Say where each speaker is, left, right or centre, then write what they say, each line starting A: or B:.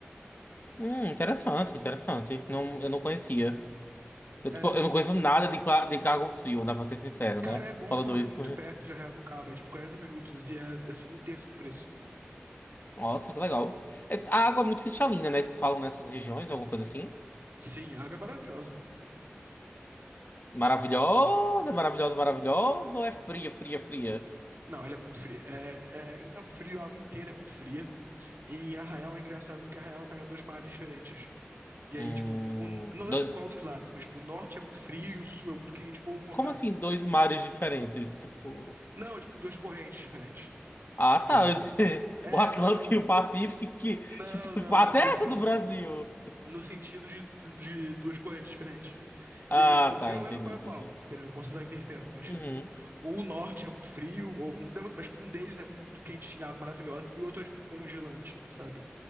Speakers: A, on the left; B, on the right.
A: Hum, interessante, interessante. Não, eu não conhecia. Eu,
B: É,
A: tipo, eu não conheço nada de, cla- de Cabo Frio, dá pra ser sincero,
B: Cara,
A: né?
B: é bom
A: Falando
B: porque
A: isso.
B: é muito perto de Arraial do Cabo, é tipo 40 minutos e é assim, um terço do preço.
A: Nossa, que legal. É, a água é muito cristalina, né? Que falam nessas regiões, alguma coisa assim.
B: Sim, a água é maravilhosa.
A: Maravilhosa, maravilhosa, maravilhosa, ou é fria, fria, fria?
B: Não, ela é muito fria. É, é, em Cabo Frio a água inteira é muito fria. E em Arraial é engraçado porque Arraial pega dois mares diferentes. E aí,
A: Hum,
B: tipo, um- não lembro
A: dois...
B: qual dos lados, mas tipo, o norte é muito frio e o sul é muito quente, ou o contrário.
A: Como assim, dois mares diferentes? Tipo.
B: Não, tipo, duas correntes diferentes.
A: Ah,
B: Entendeu?
A: tá. <laughs>
B: É,
A: O Atlântico
B: não, não,
A: e o
B: não.
A: Pacífico, que,
B: Não,
A: que, que
B: não,
A: parte
B: não. No,
A: é
B: sen-
A: essa do Brasil?
B: no sentido de, de duas correntes diferentes.
A: Ah,
B: E aí, tipo,
A: tá,
B: eu não
A: entendi,
B: lembro qual
A: entendi.
B: é qual, entendeu? Eu posso estar invertendo, mas,
A: Uhum.
B: tipo, ou o norte é muito frio, ou não lembro, mas tipo, um deles é muito quentinho, água maravilhosa, e o outro é, tipo, congelante, sabe?